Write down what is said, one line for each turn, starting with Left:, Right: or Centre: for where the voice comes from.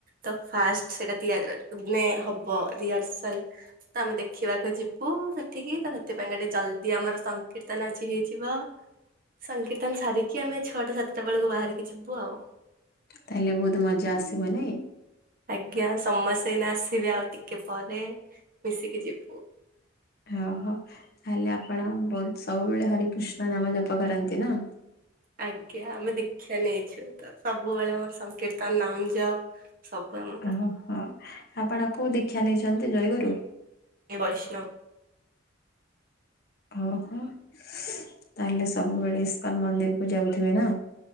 Right: ତ ଫାଷ୍ଟ ସେଇଟା ତିଆ ମାନେ ହବ ରିହର୍ସଲ ତ ଆମେ ଦେଖିବାକୁ ଯିବୁ ସେଠିକି ତ, ସେଥିପାଇଁ ଟିକେ ଜଲଦି ଆମର ସଂକୀର୍ତନ ଆଜି ହେଇଯିବ। ସଂକୀର୍ତ୍ତନ ସାରିକି ଆମେ ଛଅଟା ସାତଟା ବେଳକୁ ବାହାରିକି ଯିବୁ ଆଉ
Left: ତାହେଲେ ବହୁତ ମଜା ଆସିବ ନାଇଁ?
Right: ଆଜ୍ଞା ସମସ୍ତେ ଏଇନା ଆସିବେ ଆଉ ଟିକେ ପରେ ମିଶିକି ଯିବୁ।
Left: ଓହୋ, ତାହେଲେ ଆପଣ ସବୁବେଳେ ହରେ କୃଷ୍ଣ ନାମ ଜପ କରନ୍ତି ନା?
Right: ଆଜ୍ଞା, ଆମେ ଦୀକ୍ଷା ନେଇଛୁ ତ ସବୁବେଳେ ଆମ ସଂକୀର୍ତ୍ତନ ନାମ ଜପ ସବୁ ଆମ
Left: ଓହୋ, ଆପଣ ଆ କ ଦୀକ୍ଷା ନେଇଛନ୍ତି ଜୟଗରୁ
Right: ଏ ବୈଷ୍ଣବ
Left: ହଁ ହୋ ତାହେଲେ ସବୁବେଳେ ଇସ୍କନ ମନ୍ଦିର କୁ ଯାଉଥିବେ ନା